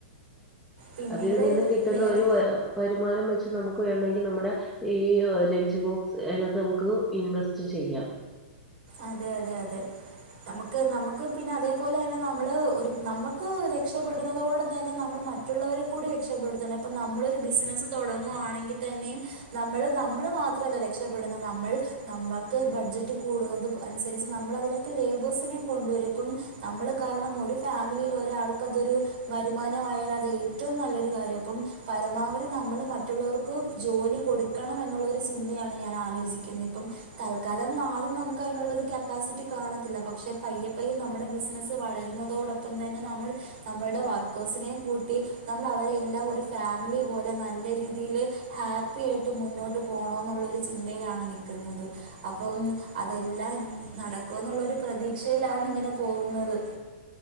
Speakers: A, on the right; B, in the centre.
A: പിന്നീട്
B: അതിൽ നിന്നും കിട്ടുന്ന
A: വേറെ
B: ഒരു വര് വരുമാനം വെച്ച് നമുക്ക് വേണ്വെങ്കി നമ്മുടെ ഈ ഏഹ് ലഞ്ച് ബോക്സ് അയ്നാത്തമ്ക്ക് ഇൻവെസ്റ്റ് ചെയ്യാം
A: അതെ അതെ അതെ നമുക്ക് നമുക്ക് പിന്നെ അതേപോലെന്നെ നമ്മള് ഒരു നമുക്ക് രക്ഷപ്പെടുന്നതോടെ തന്നെ നമ്മള് മ റ്റുള്ളവരെ കൂടി രക്ഷപ്പെടുത്തണം ഇപ്പം നമ്മളൊരു ബിസിനസ്സ് തുടങ്ങുവാണെങ്കി തന്നെയും നമ്മൾ നമ്മൾ മാത്രല്ല രക്ഷപ്പെടുന്നെ നമ്മൾ നമ്മക്ക് ബഡ്ജറ്റ് കൂടുന്നത് അൻസര്ച്ച് നമ്മളതിലേക്ക് ലേബേഴ്സിനെം കൊണ്ടുവരും അപ്പം നമ്മള് കാരണം ഒരു ഫാമിലിൽ ഒരാൾക്ക് അതൊരു വരുമാനമായാൽ അത് ഏറ്റോം നല്ലൊരു കാര്യം അപ്പം പരമാവധി നമ്മള് മറ്റുള്ളവർ ക്ക് ജോലി കൊടുക്കണം എന്നുള്ളൊരു ചിന്തയാണ് ഞാൻ ആലോചിക്ക്ന്നെ ഇപ്പം തൽക്കാലം മാ നമുക്ക് അയ്നൊള്ളൊരു കപ്പാസിറ്റി കാണത്തില്ല പക്ഷേ പയ്യെപ്പയ്യ നമ്മടെ ബിസിനസ്സ് വളര്ന്നതോടൊപ്പം തന്നെ നമ്മൾ നമ്മൾടെ വർക്കേഴ്സിനെം കൂട്ടി നമ്മളവരെ എല്ലാം ഒരു ഫാമിലി പോലെ നല്ല രീതീല് ഹാപ്പി ആയ്ട്ട് മുന്നോട്ട് പോണോന്നൊള്ളൊരു ചിന്തയിലാണ് നിക്ക്ന്നത് അപ്പം അതെല്ലാം നടക്കോന്നൊള്ളൊരു പ്രതീക്ഷയിലാണ് ഇങ്ങനെ പോവുന്നത്